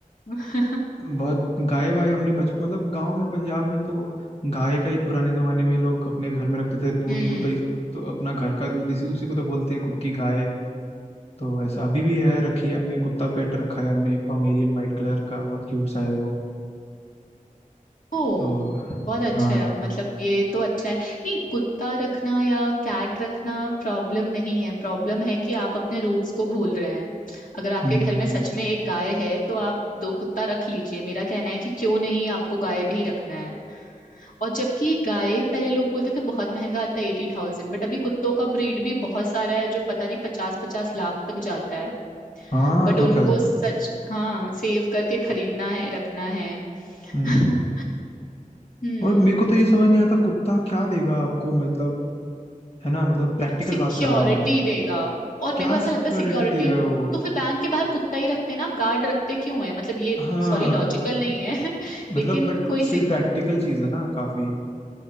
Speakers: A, on the left; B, on the left.
A: <laughs>
B: बहुत गाय वाय हमने बच मतलब गांव में पंजाब में तो गाय का ही पुराने जमाने में लोग अपने घर में रखते थे दूध
A: हम्म
B: दूध तो, इस- तो अपना घर का दूध इसी उसी को तो बोलते हैं खुद की गाय तो ऐसा अभी भी है रखी है हमने कुत्ता पेट रखा है हमने एक पमेरियन वाइट कलर का बहुत क्यूट सा है वो
A: ओ
B: तो
A: बहुत अच्छा
B: हाँ
A: है मतलब ये तो अच्छा है नहीं कुत्ता रखना या कैट रखना प्रॉब्लम नहीं है प्रॉब्लम है कि आप अपने रूट्स को भूल रहे हैं अगर आपके
B: हम्म
A: घर में सच में एक गाय है तो आप दो कुत्ता रख लीजिए मेरा कहना है कि क्यों नहीं आपको गाय भी रखना है और जबकि गाय पहले लोग बोलते थे बहुत महंगा आता है एटी थाउजेंड बट अभी कुत्तों का ब्रीड भी बहुत सारा है जो पता नहीं पचास पचास लाख तक जाता है
B: हाँ
A: बट
B: तो
A: उनको
B: क्या
A: सच हाँ सेव करके खरीदना है रखना है
B: हम्म
A: <laughs> हम्म
B: और मेरे को तो ये समझ नहीं आता कुत्ता क्या देगा आपको मतलब है ना मतलब प्रैक्टिकल
A: सिक्योरिटी
B: बात कर रहा हूँ मैं
A: देगा और
B: क्या
A: मेरे को ऐसा
B: सिक्योरिटी
A: लगता है सिक्योरिटी
B: देगा वो
A: तो फिर बैंक के बाहर कुत्ता ही रखते हैं ना आप गार्ड रखते क्यों है मतलब ये
B: हाँ
A: सॉरी लॉजिकल नहीं है <laughs>
B: मतलब
A: लेकिन
B: बट
A: कोई
B: स्टिल
A: सिक
B: प्रैक्टिकल चीज है ना काफी